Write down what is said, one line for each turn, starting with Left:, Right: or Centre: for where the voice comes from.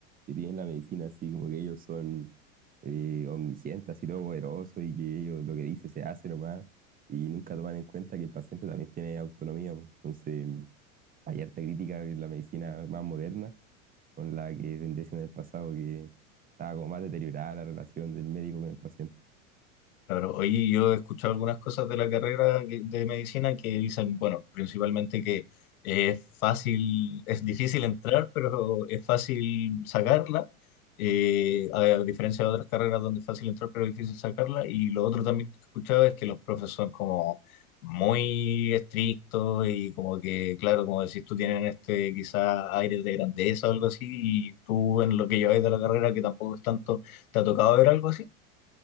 Right: que tienen la medicina así, como que ellos son eh, omniscientes, así todo poderoso, y que ellos lo que dice se hace nomás, y nunca toman en cuenta que el paciente también tiene autonomía, pues. Entonces, hay harta crítica de la medicina más moderna con la que vendría siendo en el pasado, que estaba como más deteriorada la relación del médico con el paciente.
Left: Claro, oye, yo he escuchado algunas cosas de la carrera que- de medicina que dicen, bueno, principalmente que eh, es fácil, es difícil entrar, pero es fácil sacarla, eh, a a diferencia de otras carreras donde es fácil entrar, pero es difícil sacarla. Y lo otro también que he escuchado es que los profes son como muy estrictos y como que, claro, como decís tú, tienen este quizá aire de grandeza o algo así, y tú en lo que lleváis de la carrera, que tampoco es tanto, ¿te ha tocado ver algo así?